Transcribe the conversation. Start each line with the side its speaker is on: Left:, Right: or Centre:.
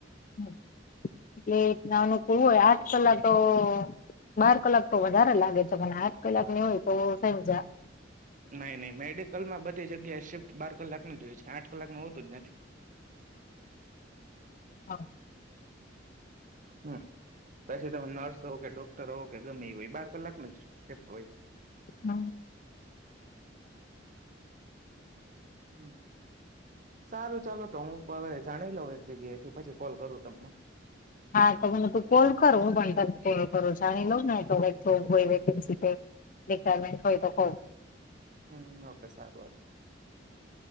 Left: <unintelligible> અનુકૂળ હોય આઠ કલાક તો બાર કલાક તો વધારે લાગે છે પણ આઠ કલાક ની હોય તો સમજ્યા
Right: નઈ નઈ મેડિકલ માં બધી જગ્યા શિફ્ટ બાર કલાક ની જ હોય છે આઠ કલાક ન હોતું જ નથી
Left: હા
Right: હમ પછી તમે નર્સ હોવ કે ડોક્ટર હોવ કે ગમે એ હોય બાર કલાક નું જ શીફ્ટ હોય
Left: હમ
Right: હમ સારું ચાલો તો હું હવે જાણી લઉ એક જગ્યાએ એથી પછી કોલ કરું તમને
Left: હા તો મને તું કોલ કર હું પણ તને કૉલ કરું જાણી લઉં ને તો જોબ હોય વેકેન્સી હોય રિક્વાયરમેંટ હોય તો ક‌ઉ
Right: હમ ઓકે સારું